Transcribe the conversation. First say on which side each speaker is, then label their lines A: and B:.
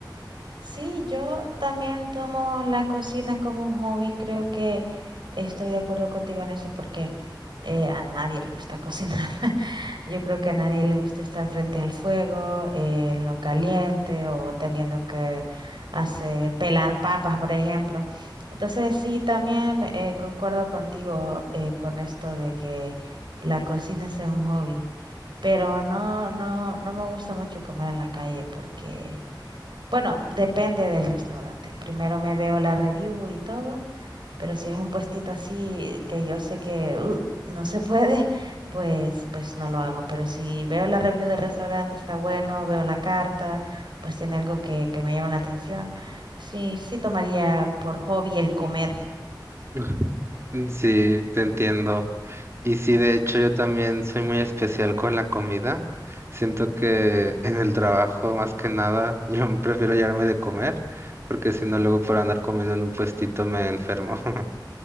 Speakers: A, on the right; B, on the right.
A: Sí, yo también tomo la cocina como un hobby. Creo que estoy de acuerdo contigo en eso porque eh, a nadie le gusta cocinar. <laughs> Yo creo que a nadie le gusta estar frente al fuego, eh, en lo caliente o teniendo que hacer pelar papas, por ejemplo. Entonces, sí, también eh, concuerdo contigo eh, con esto de que la cocina sea un hobby. Pero no, no, no me gusta mucho comer en la calle porque bueno, depende del restaurante. Primero me veo la review y todo, pero si es un puestito así que yo sé que uh, no se puede, <laughs> pues, pues no lo hago. Pero si veo la review del restaurante, está bueno, veo la carta, pues tiene algo que, que me llama la atención. Sí, sí tomaría por hobby el comer.
B: <laughs> Mm, Sí, te entiendo. Y sí, de hecho, yo también soy muy especial con la comida. Siento que en el trabajo, más que nada, yo <laughs> prefiero llevarme de comer, porque si no, luego por andar comiendo en un puestito me enfermo. <laughs>